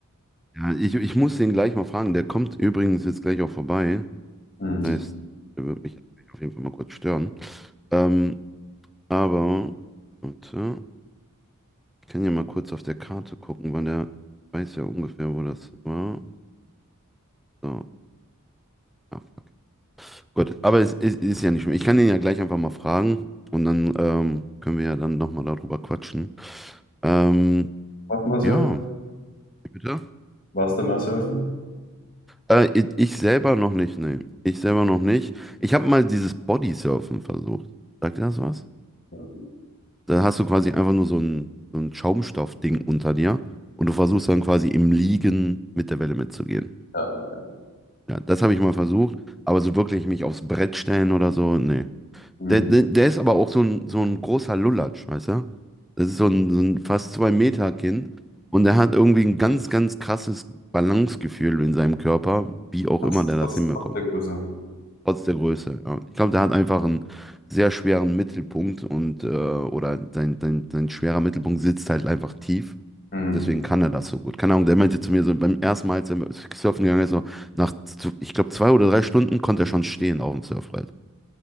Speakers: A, in the centre; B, on the left.
A: Ja, ich, ich muss den gleich mal fragen. Der kommt übrigens jetzt gleich auch vorbei.
B: Mhm.
A: Das heißt, der wird mich auf jeden Fall mal kurz stören. Ähm, aber, warte, ich kann ja mal kurz auf der Karte gucken, weil der weiß ja ungefähr, wo das war. So, ah, fuck. Gut, aber es, es ist ja nicht schlimm. Ich kann den ja gleich einfach mal fragen und dann ähm, können wir ja dann nochmal darüber quatschen. Ähm,
B: Warst du mal surfen?
A: ja, bitte.
B: Warst du mal surfen?
A: Äh, ich, ich selber noch nicht, nee. Ich selber noch nicht. Ich habe mal dieses Bodysurfen versucht. Sagt dir das was?
B: Ja,
A: Da hast du quasi einfach nur so ein, so ein Schaumstoffding unter dir und du versuchst dann quasi im Liegen mit der Welle mitzugehen.
B: ja, ja.
A: Ja, das habe ich mal versucht, aber so wirklich mich aufs Brett stellen oder so, nee.
B: Mhm.
A: Der, der, der ist aber auch so ein, so ein großer Lulatsch, weißt du? Das ist so ein, so ein fast zwei Meter Kind und der hat irgendwie ein ganz, ganz krasses Balancegefühl in seinem Körper, wie auch
B: Trotz,
A: immer der
B: trotz,
A: das hinbekommt.
B: trotz der Größe.
A: Trotz der Größe. Ja. Ich glaube, der hat einfach einen sehr schweren Mittelpunkt und äh, oder sein, sein, sein schwerer Mittelpunkt sitzt halt einfach tief.
B: Mhm.
A: Deswegen kann er das so gut. Keine Ahnung, der meinte zu mir so beim ersten Mal, als er surfen gegangen ist, so nach, z- ich glaube, zwei oder drei Stunden konnte er schon stehen auf dem Surfbrett.